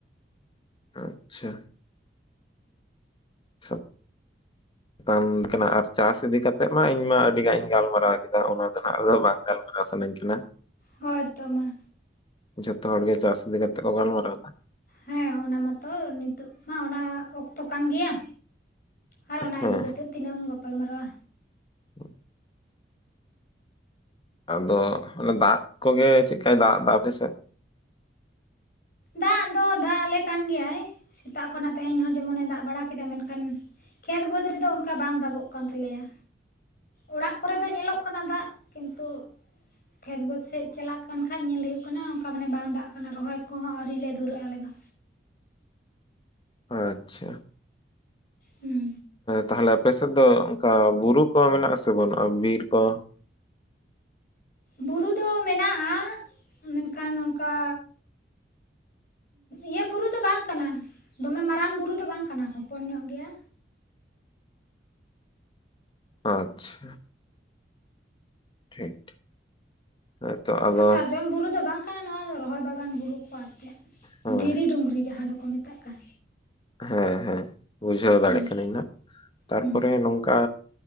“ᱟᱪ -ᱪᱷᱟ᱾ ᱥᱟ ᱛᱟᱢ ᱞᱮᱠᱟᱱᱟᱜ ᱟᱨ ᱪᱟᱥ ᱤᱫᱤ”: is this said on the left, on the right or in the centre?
Left